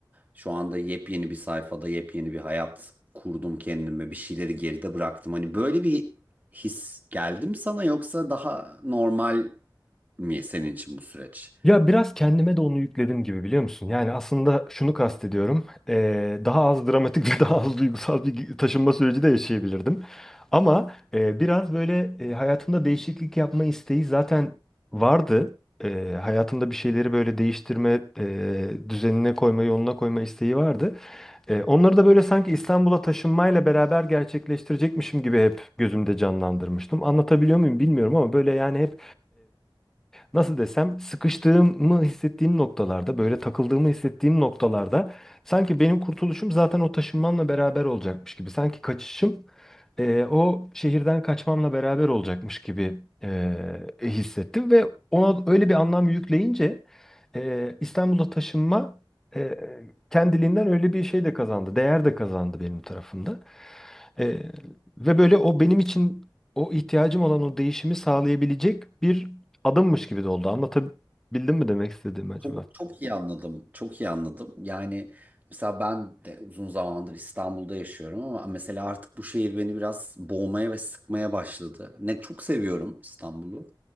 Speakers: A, on the right; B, in the centre.
A: Şu anda yepyeni bir sayfada yepyeni bir hayat kurdum kendime bir şeyleri geride bıraktım. Hani böyle bir his geldi mi sana yoksa daha normal mi senin için bu süreç?
B: Ya biraz kendime de onu yükledim gibi biliyor musun? Yani aslında şunu kastediyorum. eee, daha az dramatik ve <laughs> daha az duygusal bir taşınma süreci de yaşayabilirdim. Ama eee, biraz böyle eee, hayatımda değişiklik yapma isteği zaten vardı. Eee, hayatımda bir şeyleri böyle değiştirme, eee, düzenine koyma, yoluna koyma isteği vardı. Eee, onları da böyle sanki İstanbul'a taşınmayla beraber gerçekleştirecekmişim gibi hep gözümde canlandırmıştım. Anlatabiliyor muyum bilmiyorum ama böyle yani hep nasıl desem sıkıştığımı hissettiğim noktalarda böyle takıldığımı hissettiğim noktalarda sanki benim kurtuluşum zaten o taşınmamla beraber olacakmış gibi. Sanki kaçışım e, o şehirden kaçmamla beraber olacakmış gibi e, hissettim ve ona öyle bir anlam yükleyince e, İstanbul'a taşınma e, kendiliğinden öyle bir şey de kazandı, değer de kazandı benim tarafımda. Ee, ve böyle o benim için o ihtiyacım olan o değişimi sağlayabilecek bir adımmış gibi de oldu. Anlatabildim mi demek istediğimi acaba?
A: Çok çok iyi anladım. Çok iyi anladım. Yani mesela ben de uzun zamandır İstanbul'da yaşıyorum ama mesela artık bu şehir beni biraz boğmaya ve sıkmaya başladı. Ne çok seviyorum İstanbul'u.